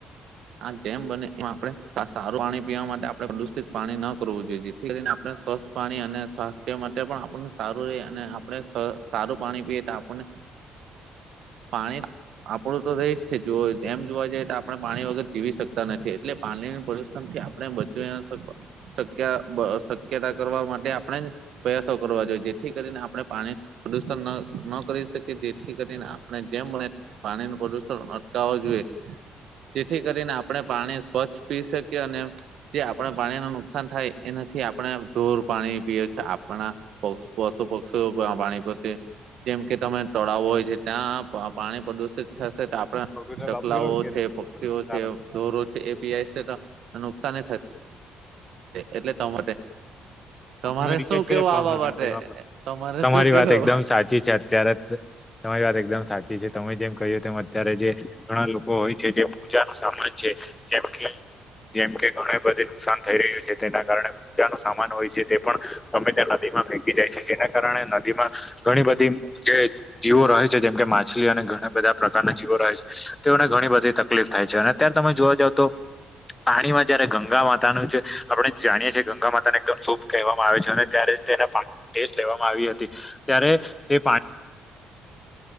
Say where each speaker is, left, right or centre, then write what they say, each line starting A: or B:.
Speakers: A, on the right (about 70°); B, on the left (about 20°).
A: આ જેમ બને એમ આપણે આ સારું પાણી પીવા માટે આપણે પ્રદુષિત પાણી ન કરવું જેથી કરીને આપણે સ્વસ્થ પાણી અને સ્વાસ્થ્ય માટે પણ આપ સારું રે અને આપણે સારું પાણી પીએ તો આપણને પાણી આપડું તો રહી જ છે જો જેમ જોવા જઈએ તો આપણે પાણી વગર જીવી શકતા નથી. એટલે પાણીની પરિશ્રમથી આપણે બચવી ના શકે. શક્ય બ શક્યતા કરવા માટે આપણે જ પ્રયાસો કરવા જોઈએ જેથી કરીને આપણે પાણી પ્રદુષણ ન ન કરી શકીએ થી કરીને આપણે જેમ પાણી નુ પ્રદુષણ અટકાવવા જોઈએ જેથી કરીને આપણે પાણી સ્વચ્છ પી શકીએ અને જે આપણે પાણી ન નુકસાન થાય એનાથી આપણે ધોર પાણી પીએ છે, આપણા પ પશો પક્ષી પાણી પસે જેમ કે તમે તડાવો હોય છે ત્યાં પાણી પ્રદુષિત થશે
B: ભગોતરા
A: તો
B: બાપુ
A: ચકલાઓ
B: ગેલો કે ઘેરે
A: છે પક્ષીઓ
B: સારો
A: છે દોરો છે એ પીઈ છે તો નુકસાાન થાય. એટલે <unintelligible> તમારે
B: મમ્મી મે રિચાર્જ
A: શું
B: કર્યા
A: કેવું
B: ત્રણ
A: આ બાબતે
B: વર્ગ પ વા
A: તમારે
B: તમારી
A: શું કેવું
B: વાત એકદમ સાચી છે. ત્યારે તમારી વાત એકદમ સાચી છે તમે જેમ કહ્યું તેમ અત્યારે જે ઘણા લોકો હોય છે જે. ઉચ સામાન છે જેમ કે જેમ કે ઘણા બધા. નુકસાન થઈ રહ્યું છે તેના કારણે પૂજા ન સામાન હોય છે તે પણ. ત્યાં નદીમાં ફેકી જાય છે જેના કારણે નદીમાં ઘણી બધી જે જીવો રહે. છે જેમ કે માછલી અને ઘણા બધા. પ્રકારના જીવો રહે છે તો એઓને ઘણી બધી તકલીફ થાય છે અને અત્યારે તમે જોવા જાવ તો. પાણીમાં જયારે ગંગા માતાનું છે. આપણે જાણીએ છીએ ગંગા માતા ને એકદમ શુભ કહેવામાં આવે છે અને ત્યારે તેના પા સ્ટ લેવામાં આવી હતી. ત્યારે તે પાણી.